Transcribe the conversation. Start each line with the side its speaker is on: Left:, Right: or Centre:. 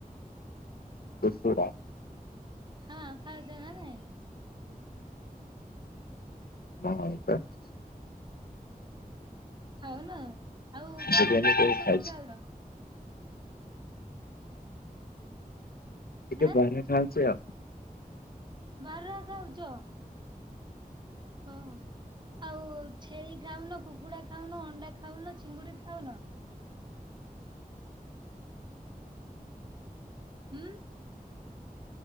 Left: କୁକୁଡା
Right: ହଁ ଖାଉଚ ନା ନାଇଁ?
Left: ହଁ ସେମିତି
Right: ଖାଉନ ଆଉ କଣ
Left: ବିରିୟାନୀ
Right: ଆମିଷ
Left: କେବେ
Right: ଜିନିଷ
Left: ଖାଇଛ?
Right: କଣ ଖାଉର?
Left: ଟିକେ
Right: ଆଁ
Left: ବାହାରେ ଖାଉଚୁ ଆଉ।
Right: ବାରା ଯାଉଛ? ହଁ। ଆଉ ଛେଳି ଖାଉନ କୁକୁଡା ଖାଉନ ଅଣ୍ଡା ଖାଉନ ଚିଙ୍ଗୁଡି ଖାଉନ? ହୁଁ।